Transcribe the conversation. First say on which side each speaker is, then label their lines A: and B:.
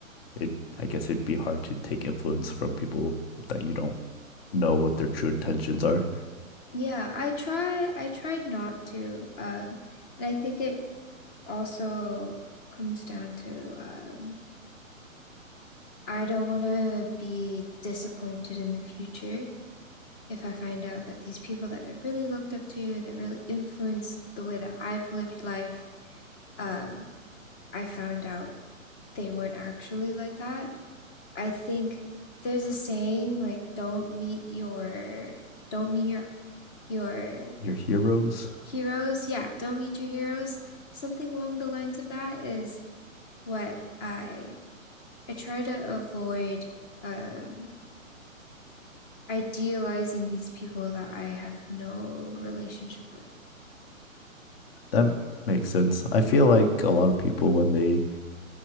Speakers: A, on the left; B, on the left.
A: it, I guess it'd be hard to take influence from people that you don't know what their true intentions are.
B: yeah, I try I tried not to. Um, and I think it also comes down to um, I don't want to be disappointed in the future if I find out that these people that I really looked up to, that really influenced the way that I've lived life, um, I found out they weren't actually like that. I think there's a saying like don't meet your don't meet your your
A: Your heroes.
B: heroes. Yeah, don't meet your heroes. Something along the lines of that is what I I try to avoid um idealizing these people that I have no relationship with.
A: That makes sense. I feel like a lot of people when they